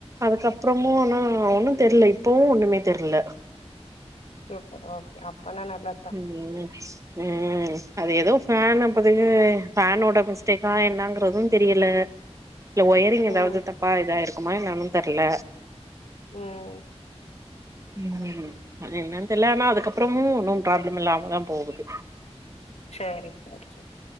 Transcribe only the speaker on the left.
சூப்பர் ஓகே அப்பனா நல்லதா
ம்
ம்
சேரி சேர் சேர்